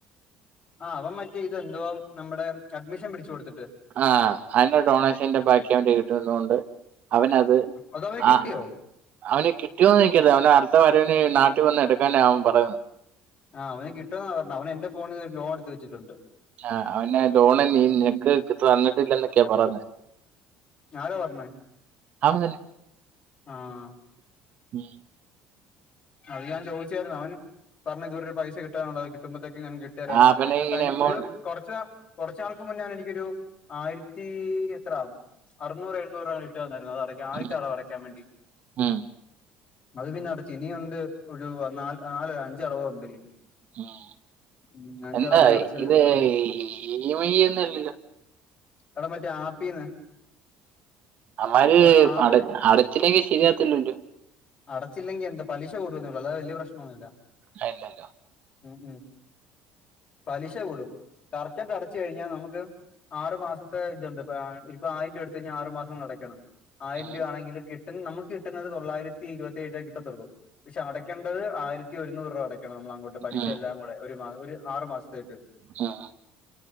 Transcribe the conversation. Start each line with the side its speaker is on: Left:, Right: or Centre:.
Left: ആ അവൻ മറ്റേ ഇതെന്തോ നമ്മടെ അഡ്മിഷൻ പിടിച്ചു കൊടുത്തിട്ട്
Right: ആഹ് അതിന്റെ ഡൊണേഷന്റെ ബാക്കി അവന്റെൽ കിട്ടുന്നൊണ്ട് അവനത്
Left: അതവന് കിട്ടിയോ?
Right: ആ അവന് കിട്ടിയോന്നോ <unintelligible> അവന് അടുത്ത വരവിനു നാട്ടിൽ വന്ന് എടുക്കാനാ അവൻ പറയുന്നെ
Left: ആഹ് അവന് കിട്ടോന്നാ പറഞ്ഞത് അവന് എന്റെ ഫോണീന്ന് ഒരു ലോണെടുത്ത് വെച്ചിട്ടുണ്ട്
Right: ആഹ് അവനെ ലോണെ
Left: ഉം
Right: നീ നിനക്ക് തന്നിട്ടില്ലന്നൊക്കെയാ പറയുന്നെ
Left: ആരാ പറഞ്ഞെ
Right: അവൻ തന്നെ
Left: ആഹ്
Right: <inaudible>
Left: അത് ഞാൻ ചോദിച്ചായിരുന്നു അവൻ പറഞ്ഞ് ഇതുവരെ ഒരു പൈസ കിട്ടാനുണ്ട് അത് കിട്ടുമ്പോഴത്തേക്ക് ഞാൻ ഇട്ടേരാം
Right: ആ അവനെ ഇങ്ങനെ
Left: കയ്യി
Right: എമൗണ്ട്
Left: ഒരു കൊറച്ച് നാ <inaudible> കൊറച്ച് നാൾക്ക് മുന്നേ അവൻ എനിക്കൊരു ആയിരത്തി എത്ര അറുന്നൂറ് എഴുന്നൂര് ഇട്ട് തന്നിരുന്നു അത് അടക്കാൻ ആദ്യത്തെ
Right: ഉം
Left: അടവ് അടക്കാൻ വേണ്ടി
Right: ഉം
Left: അത് പിന്നെ അടച്ച് ഇനിയും ഉണ്ട് ഒരു നാല് നാലല്ല അഞ്ച് അടവോണ്ടോയി
Right: ഉം.
Left: മ് അഞ്ചടവ്
Right: എന്താ
Left: ഇനി അടച്ചു തീർക്കണം
Right: ഇത് ഇ എം ഐ ഒന്നും അല്ലല്ലോ
Left: എടാ മറ്റേ ആപ്പീന്ന്
Right: അവമ്മാര്
Left: ഒരു ആപ്പ്
Right: അട അട എത്തില്ലെകിൽ ശരിയാവത്തില്ലലോ
Left: അടച്ചില്ലെങ്കിൽ എന്താ പലിശ കൂടൂന്നെള്ളൂ അല്ലാതെ വലിയ പ്രശ്നൊന്നുല്ല
Right: അയില്ലല്ലോ
Left: മ് മ് പലിശ കൂടും കറക്റ്റായിട്ടടച്ചു കഴിഞ്ഞാൽ നമുക്ക് ആറു മാസത്തെ ഇതുണ്ട് ഇപ്പ ഇപ്പ ആയിരം രൂപ എടുത്ത കഴിഞ്ഞാൽ ആറ മാസങ്ങൾ നടക്കണം ആയിരം
Right: ഉം
Left: രൂപ ആണെങ്കിൽ കിട്ടുന്ന നമുക്ക് കിട്ടുന്നത് തൊള്ളായിരത്തി ഇരുപത്തിയേഴു രൂപയെ കിട്ടത്തുള്ളൂ പക്ഷേ അടക്കേണ്ടത് ആയിരത്തി ഒരുന്നൂറ് രൂപ അടക്കണം നമ്മൾ അങ്ങോട്ട് പലിശ
Right: ഉം
Left: എല്ലാം കൂടെ ഒരു മാസ ഒരു ആറു മാസത്തേക്ക്.
Right: <unintelligible>